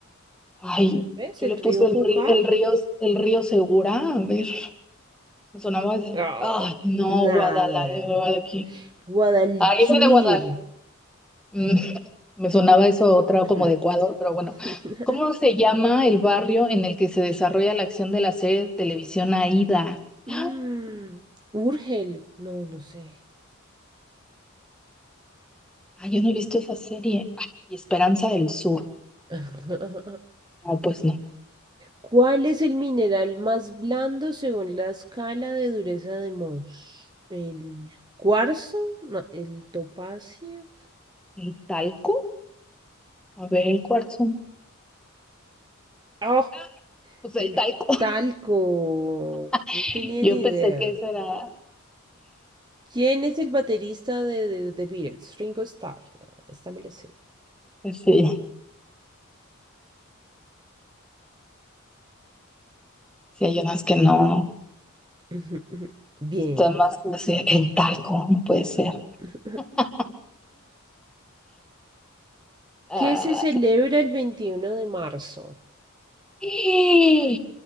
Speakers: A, in the centre; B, on the right.
A: Ay,
B: tal vez,
A: yo
B: el
A: le
B: río
A: puse
B: Júcar.
A: el río, el río, el río Segura. A ver, me sonaba ese.
B: Oh,
A: Ay, no,
B: nada.
A: Guadalajara.
B: Guadalquivir.
A: Ay, ese de Guadalajara. Mm, <laughs> Me sonaba eso a otra como
B: Hmm.
A: de Ecuador, pero bueno.
B: <laughs>
A: ¿Cómo se llama el barrio en el que se desarrolla la acción de la serie de televisión Aída?
B: Mm,
A: ¡Ah!
B: Urgel, no, no sé.
A: Ay, yo no he visto esa serie. Ah, y Esperanza del Sur.
B: <laughs>
A: No, pues no.
B: ¿Cuál es el mineral más blando según la escala de dureza de Mohs? ¿El cuarzo? No, ¿el topacio?
A: ¿El talco? A ver, el cuarzo.
B: Oh,
A: Ah, Pues el
B: El
A: talco.
B: talco.
A: <laughs>
B: No tenía
A: Yo
B: ni
A: pensé
B: idea.
A: que eso era.
B: ¿Quién es el baterista de, de, de Beatles? Ringo Starr. Ah, Esta me la sé.
A: Pues sí, sí hay unas que no.
B: Ujú, ujú. Bien.
A: Están más así. El talco, no puede ser.
B: Ujú, ujú.
A: <laughs>
B: <laughs>
A: Ah.
B: ¿Qué se celebra el veintiuno de marzo?
A: ¡ah!